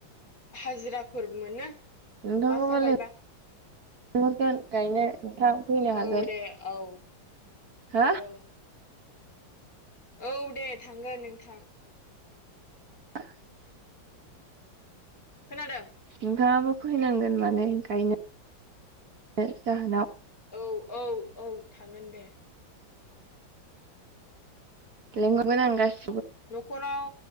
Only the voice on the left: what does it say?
हाजिराफोर मोनो।
लास्टाव गायबा
औ दे औ
औ औ दे थांगोन नोंथां
खोनादों?
औ औ औ थांगोन दे
न'खराव